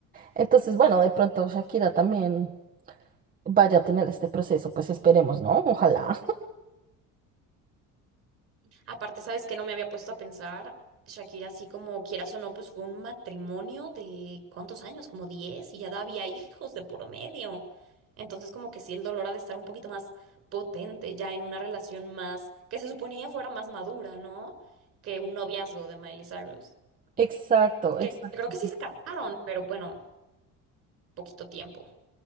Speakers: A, on the right (about 25°); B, on the right (about 45°).
A: Entonces, bueno, de pronto Shakira también vaya a tener este proceso, pues esperemos, ¿no? Ojalá.
B: Aparte, sabes que no me había puesto a pensar, Shakira, así como quieras o no, pues fue un matrimonio de ¿cuántos años? Como 10 y ya da- había hijos de por medio. Entonces, como que sí, el dolor ha de estar un poquito más potente ya en una relación más, que se suponía fuera más madura, ¿no? Que un noviazgo de Miley Cyrus.
A: <laughs> Exacto,
B: Que
A: exacto.
B: creo que sí se casaron, pero bueno, poquito tiempo.